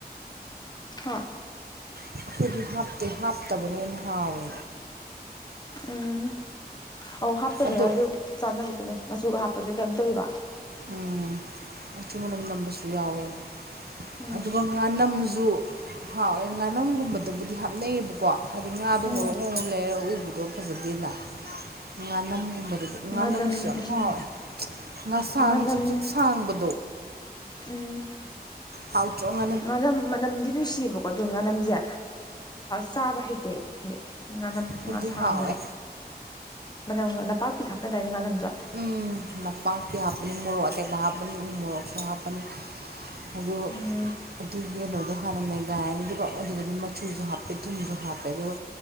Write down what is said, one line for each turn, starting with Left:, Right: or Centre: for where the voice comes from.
Left: ꯍꯥ
Right: ꯑꯩꯈꯣꯏꯗꯤ ꯍꯥꯞꯇꯦ ꯍꯥꯞꯇꯕꯅꯦꯅ ꯍꯥꯎꯋꯦ
Left: ꯎꯝ ꯑꯧ ꯍꯥꯞꯇꯕꯗ
Right: ꯑꯗꯣ
Left: ꯑꯗꯨ ꯆꯥꯟꯅꯕꯗꯅꯦ ꯃꯆꯨꯒ ꯍꯥꯞꯄꯗꯨ ꯀꯩꯅꯣꯝꯊꯣꯏꯋꯦꯀ
Right: ꯎꯝ ꯃꯆꯨ ꯃꯅꯝ ꯅꯝꯕꯁꯨ ꯌꯥꯎꯋꯦꯅ
Left: ꯎꯝ
Right: ꯑꯗꯨꯒ ꯉꯥꯅꯝꯁꯨ ꯍꯥꯎ ꯑꯩ ꯉꯥꯅꯝꯒꯨꯝꯕꯗꯕꯨꯗꯤ ꯍꯥꯞꯅꯩꯌꯦꯕꯀꯣ ꯍꯥꯏꯗꯤ ꯉꯥꯗꯣ
Left: ꯎꯝ
Right: ꯉꯣꯔꯣꯛ ꯉ ꯂꯩꯔ ꯎꯕꯗꯣ ꯐꯖꯗꯦꯅ ꯉꯥꯅꯝꯒꯨꯝꯕ ꯉꯥꯅꯝꯁꯨ
Left: ꯉꯥꯅꯝ
Right: ꯌꯥꯝ
Left: ꯎꯝ
Right: ꯍꯥꯎꯋꯦ ꯉꯥꯡ
Left: ꯉꯥꯅꯝ
Right: ꯁꯥꯡꯕ
Left: ꯎꯝ
Right: ꯍꯥꯎꯗ꯭ꯔꯣꯡ
Left: ꯉꯥꯅꯝ ꯃꯅꯝꯗꯤ ꯅꯨꯡꯁꯤꯌꯦꯕꯀꯣ ꯑꯣ ꯉꯥꯅꯝꯁꯦ ꯆꯥꯕ ꯍꯩꯇ ꯉꯥꯅꯝ
Right: ꯑꯗꯨꯗꯤ
Left: ꯉꯥ ꯁꯥꯡꯈꯤꯕꯗꯣ
Right: ꯍꯥꯎꯋꯦ
Left: ꯃꯅꯝ ꯅꯄꯥꯛ ꯇꯤ ꯈꯠꯅ ꯇꯗꯥꯅꯤꯉꯥꯟꯅꯣ
Right: ꯎ ꯅꯄꯥꯛꯄꯤ ꯍꯥꯞꯄꯅꯤ ꯃꯣꯔꯣꯛ ꯑꯇꯦꯛꯄ ꯍꯥꯞꯄꯅꯤ ꯎ ꯃꯣꯔꯣꯛꯁꯨ ꯍꯥꯞꯄꯅꯤ ꯑ
Left: ꯎꯝ
Right: ꯑꯗꯨꯒꯤ ꯀꯩꯅꯣꯗꯣ ꯍꯥꯟꯅꯅꯩꯒꯥꯏꯔꯅꯤ ꯑꯗꯨꯒ ꯑꯗꯨꯗꯗꯤ ꯃꯆꯨꯁꯨ ꯍꯥꯞꯄ ꯄ ꯊꯨꯝꯁꯨ ꯍꯥꯞꯄꯦ ꯑꯗꯨꯒ